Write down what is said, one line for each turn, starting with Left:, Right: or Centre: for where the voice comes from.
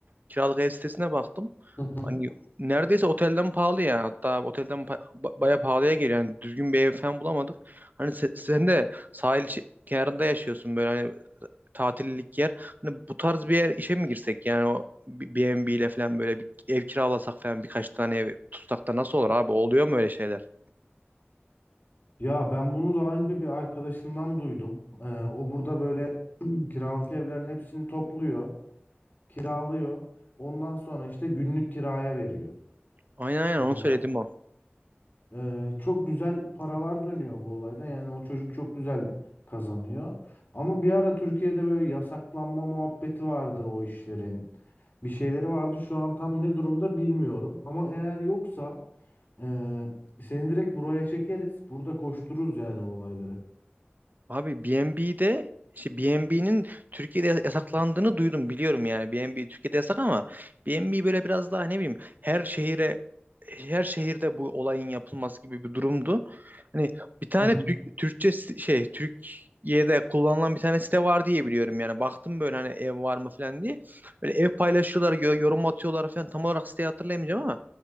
Right: kiralık ev sitesine baktım.
Left: Hı hı.
Right: Hani neredeyse otelden pahalı yani. Hatta otelden pa- ba- bayağı pahalıya geliyor. Yani düzgün bir ev falan bulamadık. Hani se- sen de sahil şe- kenarında yaşıyorsun böyle hani tatillik yer. Hani bu tarz bir yer işe mi girsek? Yani o B- B&B ile falan böyle bir ev kiralasak falan birkaç tane ev tutsak da nasıl olur abi? Oluyor mu öyle şeyler?
Left: Ya ben bunu daha önce bir arkadaşımdan duydum. Ee, o burada böyle <clears throat> kiralık evlerin hepsini topluyor, kiralıyor. Ondan sonra işte günlük kiraya veriyor.
Right: Aynen aynen
Left: Ee,
Right: onu söyledim
Left: as-
Right: o.
Left: ee, çok güzel paralar dönüyor bu olayda. Yani o çocuk çok güzel kazanıyor. Ama bir ara Türkiye'de böyle yasaklanma muhabbeti vardı o işlerin. Bir şeyleri vardı. Şu an tam ne durumda bilmiyorum. Ama eğer yoksa ee, seni direkt buraya çekeriz. Burada koştururuz yani olayları.
Right: Abi BNB'de işte BNB'nin Türkiye'de yasaklandığını duydum biliyorum yani. BNB Türkiye'de yasak ama BNB böyle biraz daha ne bileyim her şehire her şehirde bu olayın yapılması gibi bir durumdu. Hani bir tane
Left: Hı hı.
Right: Türk, Türkçe si- şey Türkiye'de kullanılan bir tane site var diye biliyorum yani. Baktım böyle hani ev var mı falan diye. Böyle ev paylaşıyorlar, yo- yorum atıyorlar falan. Tam olarak siteyi hatırlayamayacağım ama